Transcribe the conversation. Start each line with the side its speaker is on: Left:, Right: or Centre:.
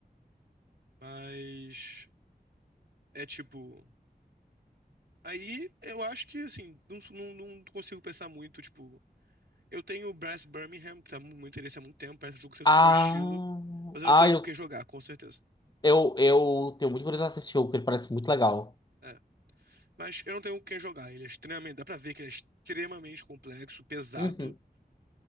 Right: Mas é tipo. Aí eu acho que, assim, não, não, não consigo pensar muito, tipo, Eu tenho o Brass Birmingham, que tá mu- muito interesse há muito tempo, parece um jogo sempre
Left: Ah,
Right: do meu estilo, mas eu
Left: ah,
Right: não tenho
Left: eu,
Right: com quem jogar, com certeza.
Left: eu, eu tenho muito curiosidade de assistir o jogo, porque ele parece muito legal.
Right: É. Mas eu não tenho com quem jogar, ele é extremamente, dá pra ver que ele é extremamente complexo, pesado
Left: Uhum.